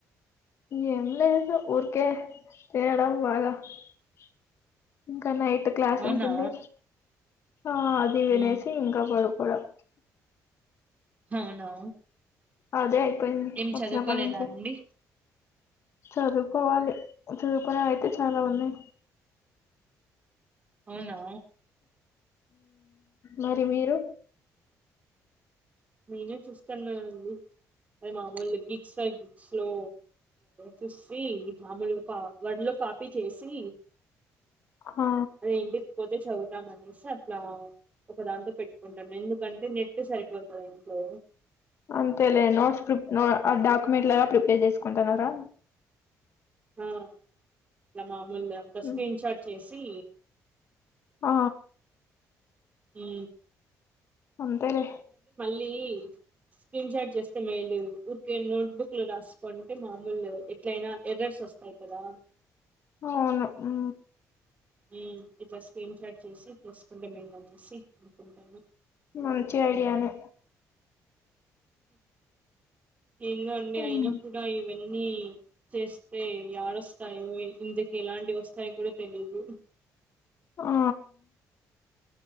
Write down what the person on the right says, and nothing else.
అవునా
ఉమ్,
అవునా
ఏం
చదువుకోలేదా
అండి
అవునా
నేనే చూస్తాన్నా అండి అదే మామూలు గిట్సా గేట్ల లో చూసి మామూలు ఒక వడ్ లో కాపీ చేసి
అదే ఇంటికి పో చదువుదాం అనేసి అట్లా ఒక దాంతో పెట్టుకుంటాం ఎందుకంటే నెట్ సరిపో వెయతో
ఆ ఇలా మామూలు అంతా
స్క్రీన్షార్ట్ చేసి
ఉ
చేయీ స్క్రీన్ షాట్ చేస్తే మేయిలు ఓకే నోట్బుక్లు రాసుకుంటే మామూలు ఎట్లయినా ఎర్రర్స్ వస్తాయి కదా
ఉమ్ ఇట్లా స్క్రీన్ చాట్ చేసి చసుకుంటే మేలా చేసి అనుకుంటాను
ఏండో అండి
అయినా కూడా ఏం అన్ని చేస్తే ఎడొస్తాయో ఇందుకి ఎలాంటి వస్తాయో కూడా తెలీదు